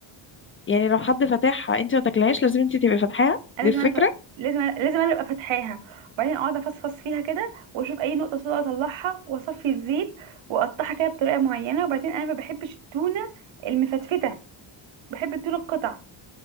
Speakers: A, on the left (about 30°); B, on the right (about 70°).
A: يعني لو حد فاتحها انتي ما تاكلهاش لازم انتي تبقي فاتحاها
B: انا
A: دي
B: لازم
A: الفكرة
B: انا ف... لازم أنا... لازم انا ابقى فاتحاها وبعدين اقعد افصفص فيها كده واشوف اي نقطه سوداء اطلعها واصفي الزيت واقطعها كده بطريقه معينه وبعدين انا ما بحبش التونه المفتفته بحب التونه القطع